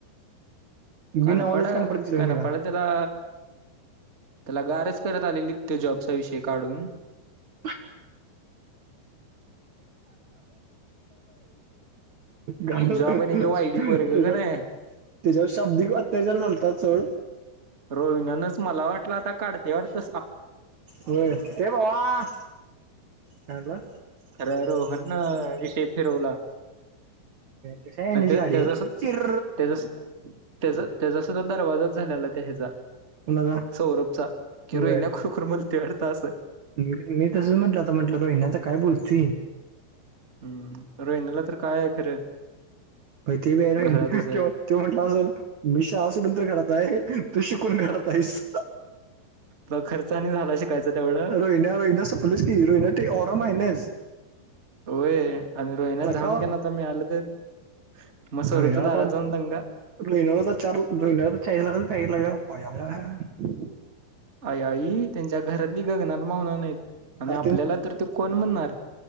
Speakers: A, on the right; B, on the right.
A: काना
B: बिन आवाजाची
A: पड
B: कानफडत दिला
A: काना
B: तिला
A: पड त्याला त्याला गारच करत आलेली ते जॉबचा विषय काढून.
B: <inaudible> <unintelligible> गाल
A: जॉब
B: तेच्या
A: आणि ते वायडी पोरग का नाही
B: त्याच्यावर शब्दिक अत्याचार घालतात सो
A: रोहिण्यांना मला वाटलं आता काढते वाटल
B: होय हे भावा लागला काय म्हणला?
A: खरं रोहन न रिते फिरवला.
B: कशी आहेएनची
A: ते
B: गाडी
A: त्याचा
B: चिचीर.
A: त्याचा त्याचा त्याचा सुद्धा दरवाजाच झालेला त्या ह्याचा
B: कुणाचा
A: सौरभचा कि
B: होय
A: रोहिण्या खप कर मुलतवड तास.
B: मी तसच म्हटलं आता म्हटलं रोहिना आ काय बोलत.
A: हम्म रोहिणाला तर काय आहे खरं.
B: मग ते बी आहे
A: घरातच
B: ना
A: आहे
B: तो म्हटलं असेल मी शाळा सोडून तर घरात आहे. तू शिकून घरात आहेईस.
A: तर खर्च आणि झाला शिकायच तेवढं.
B: रोहिण्या रोहिण्या <unintelligible>
A: होय आणि रोहिण्या
B: हलका
A: जाम के ना त आले तर.
B: रोहिण्याला
A: मग स्वरूपच्या दारा
B: आता
A: जाऊन दंग.
B: <unintelligible>
A: आई आई त्यांच्या घरातली गगनात मावना नाहीत आणि
B: अरे
A: आपल्याला तर ते कोण म्हणणार.